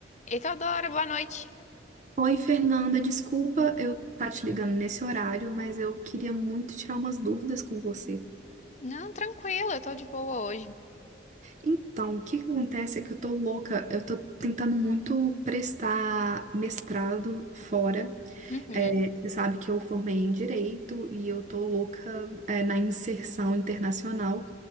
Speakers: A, on the left; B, on the right.
A: Eita, Adora, boa noite.
B: Oi, Fernanda, desculpa eu estar te ligando nesse horário, mas eu queria muito tirar umas dúvidas com você.
A: Não, tranquilo. eu tô de boa hoje.
B: Então, o que que acontece é que eu tô louca, eu tô tentando muito prestar mestrado fora.
A: Uhum.
B: É, Você sabe que eu formei em direito e eu tô louca, é, na inserção internacional.